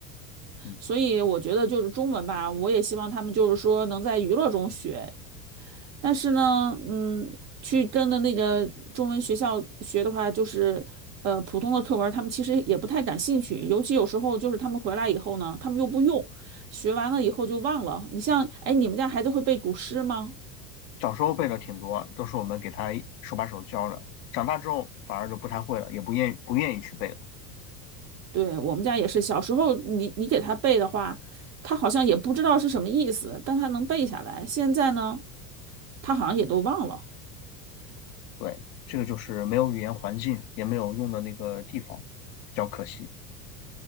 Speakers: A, on the left; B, on the right.
A: 嗯，
B: 所以我觉得就是中文吧，我也希望他们就是说能在娱乐中学，但是呢，嗯，去跟的那个中文学校学的话，就是呃普通的课文他们其实也不太感兴趣。尤其有时候就是他们回来以后呢，他们又不用，学完了以后就忘了。你像，哎，你们家孩子会背古诗吗？
A: 小时候背的挺多，都是我们给他手把手教的，长大之后反而就不太会了，也不愿意不愿意去背了。
B: 对，我们家也是，小时候你你给他背的话，他好像也不知道是什么意思，但他能背下来。现在呢，他好像也都忘了。
A: 对，这个就是没有语言环境，也没有用的那个地方，比较可惜。